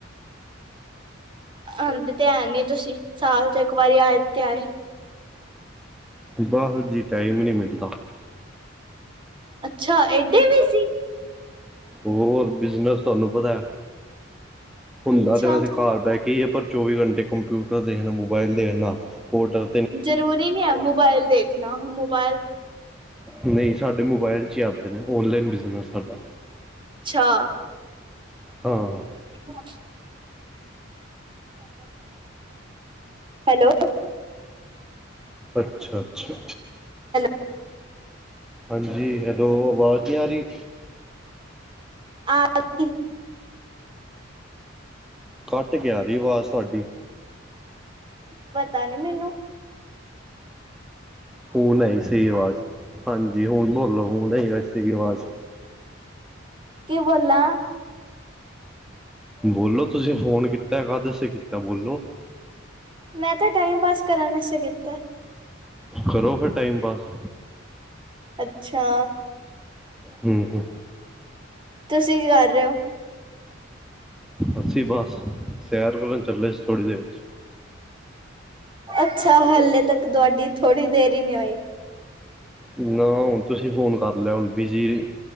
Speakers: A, on the right; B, in the centre.
A: ਆਣਦੇ ਤੇ ਐ ਨੀ ਤੁਸੀਂ। ਸਾਲ ਚ ਇੱਕ ਵਾਰੀ ਆਏ ਤੇ ਆਏ
B: ਬਸ ਜੀ ਟਾਈਮ ਈ ਨਈ ਮਿਲਦਾ।
A: ਅੱਛਾ, ਏਡੇ ਵੀ ਸੀ।
B: ਹੋਰ ਬਿਜਨਸ ਤੁਹਾਨੂੰ ਪਤਾ ਹੁੰਦਾ
A: ਅੱਛਾ
B: ਤੇ ਵੈਸੇ ਘਾਰ ਬੈ ਕੇ ਈਏ। ਪਰ ਚੌਵੀ ਘੰਟੇ ਕੰਪਿਊਟਰ ਦੇਖਨਾ, ਮੋਬਾਈਲ ਦੇਖਨਾ ਹੋਟਲ
A: ਜਰੂਰੀ ਨੀ ਐ ਮੋਬਾਇਲ ਦੇਖਨਾ, ਮੋਬਾਇਲ
B: ਨਈ ਸਾਡੇ ਮੋਬਾਇਲ 'ਚ ਹੀ ਆਂਦੇ ਨੇ ਔਨਲਾਈਨ ਬਿਜਨਸ ਸਾਡਾ।
A: ਅੱਛਾ।
B: ਹਾਂ-ਹਾਂ।
A: <unintelligible> ਹੈਲੋ।
B: ਅੱਛਾ-ਅੱਛਾ।
A: ਹੈਲੋੋ।
B: ਹਾਂਜੀ ਹੈਲੋ ਅਵਾਜ਼ ਨੀ ਆਰੀ।
A: <unintelligible>
B: ਕੱਟ ਕੇ ਆਰੀ ਆਵਾਜ਼ ਤੁਆਡੀ।
A: ਪਤਾ ਨੀ ਮੈਨੂੰ।
B: ਹੁਨ ਆਈ ਸਈ ਆਵਾਜ਼। ਹਾਂਜੀ ਹੁਨ ਬੋਲੋ ਹੁਨ <unintelligible> ਸਈ ਆਵਾਜ਼।
A: ਕੀ ਬੋਲਾ?
B: ਬੋਲੋ ਤੁਸੀਂ ਫੋਨ ਕੀਤਾ, ਕਾਦੇ ਅਸੇ ਕੀਤਾ, ਬੋਲੋ?
A: ਮੈਂ ਤਾਂ ਟਾਈਮ ਪਾਸ ਕਰਨ ਅਸੇ ਕੀਤਾ।
B: ਕਰੋ ਫੇਰ ਟਾਈਮ ਪਾਸ।
A: ਅੱਛਾ,
B: ਹੂੰ ਹੂੰ
A: ਤੁਸੀਂ ਕੀ ਕਰ ਰੇ ਔ?
B: ਅੱਸੀਂ ਬਸ ਸੈਰ ਕਰਨ ਚੱਲੇ ਸੀ ਥੋੜ੍ਹੀ ਦੇਰ 'ਚ।
A: ਅੱਛਾ ਹਲੇੇ ਤੱਕ ਤੁਆਡੀ ਥੋੜ੍ਹੀ ਦੇਰ ਈ ਨੀ ਹੋਈ।
B: ਨਾ ਹੁਨ ਤੁਸੀਂ ਫੋਨ ਕਰ ਲਿਆ ਹੁਨ। ਬਿਜ਼ੀ